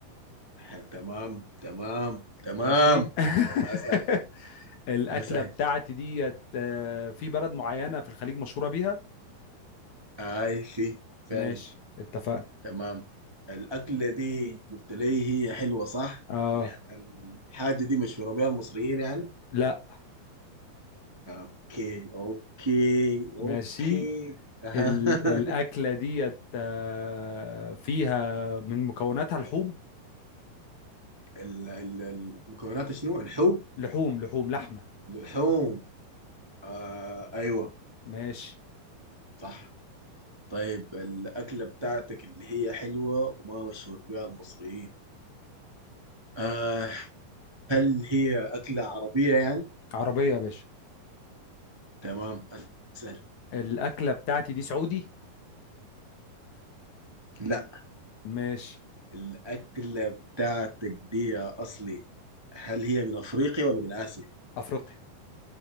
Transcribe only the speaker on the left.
ماشي <laughs>
الاكله
بتاعتي ديت آه في بلد معينه في الخليج مشهوره بيها
ماشي اتفقنا
اه
لا
ماشي
ال... الاكله ديت آه فيها من مكوناتها لحوم
لحوم لحوم لحمه
ماشي
عربية يا باشا
الأكلة بتاعتي دي سعودي
ماشي
أفريقي